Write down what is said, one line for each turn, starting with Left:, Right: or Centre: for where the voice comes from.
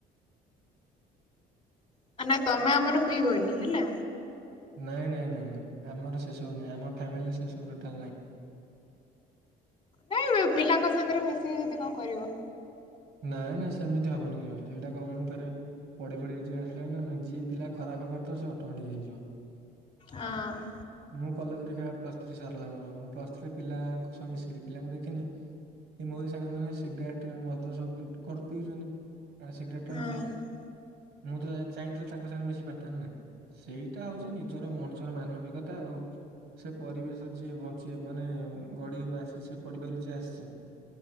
Left: <unintelligible> ତମେ ଆମର ପିଇବନି ହେଲା।
Right: ନାଇଁ ନାଇଁ ନାଇଁ ନାଇଁ ଆମର ସେସବୁ ନାଇଁ ଆମ ଫାମିଲି ସେସବୁ ଟୋଟାଲ ନାଇଁ।
Left: ନାଇଁ ପିଲାଙ୍କ ସାଙ୍ଗରେ ମିଶିକି ଯଦି କଣ କରିବ।
Right: ନାଇଁ ନା ସେମିତି ହବନି କେ ସେଇଟା କ ମୁଁ ଫେରେ ପଢି ପଢିବା ଯ ଆସିଲା ନା ଯିଏ ପିଲା ଖରାପ ହବାର। ତ ସେ ଅଟମେଟିକ ହେଇଯିବ
Left: ହଁ
Right: ମୁଁ କଲେଜରେ। ଦେଖ ପ୍ଲସ୍ ଥ୍ରୀ ସରିଲା ମୋର ମୁଁ ପ୍ଲସ୍ ଥ୍ରୀରେ ପିଲାଙ୍କ ସହ ମିଶିଲି ପିଲାଙ୍କୁ ଦେଖିନି ମୋ ସାଙ୍ଗମାନେ ସିଗାରେଟ। ପିଉଛନ୍ତି। ସିଗରେଟ।
Left: ହଁ
Right: ମୁଁ ତ ଚାହିଁଥିଲ ତାଙ୍କ ସାଙ୍ଗେ ମିଶି ପାରିଥାନ୍ତିି ନା। ସେଇଟା ହଉଛି ନିଜର ମଣିଷର ମାନବିକ। କଥା ଆଉ ସେ ପରିବେଶ ଯିଏ ବଞ୍ଚିବା ମାନେ ଗଢ ଆସି ସେ ପରିବାର ଯିଏ ଆସିଛି।